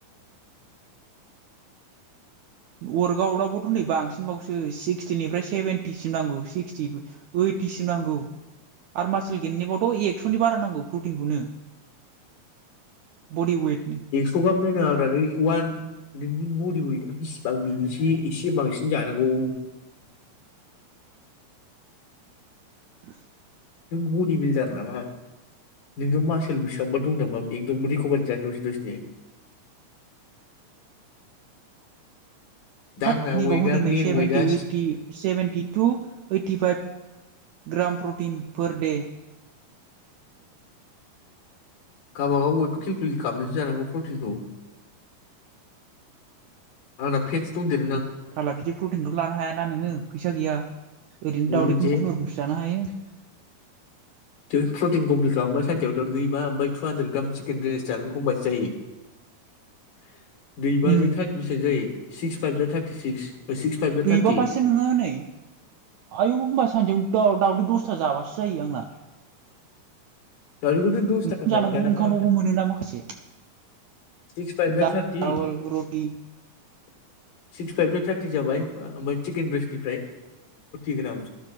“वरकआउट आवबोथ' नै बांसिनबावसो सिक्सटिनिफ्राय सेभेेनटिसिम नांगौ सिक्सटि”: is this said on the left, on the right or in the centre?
Right